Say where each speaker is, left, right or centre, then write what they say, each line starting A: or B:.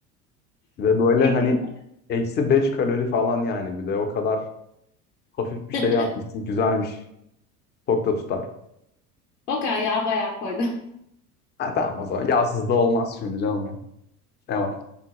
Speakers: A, on the left; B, on the left.
A: Bir de böyle
B: şeklinde.
A: hani eksi 5 kalori falan yani bir de o kadar Hafif bir
B: <laughs>
A: şey yapmışsın. Güzelmiş. Çok da tutar.
B: O kadar yağ bayağı koydu.
A: Ha tamam o zaman. Yağsız da olmaz şimdi canım ya. Ne var?